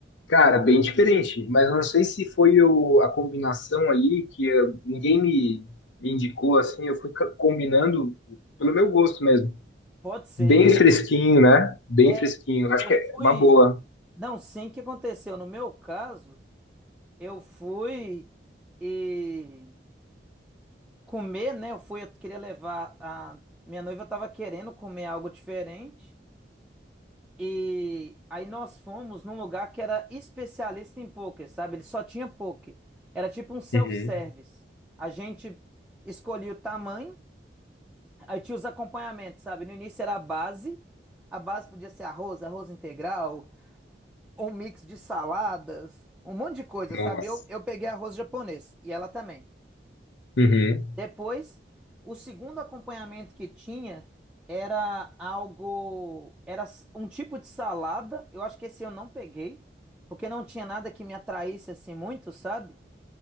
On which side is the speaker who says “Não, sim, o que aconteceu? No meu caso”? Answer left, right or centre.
Centre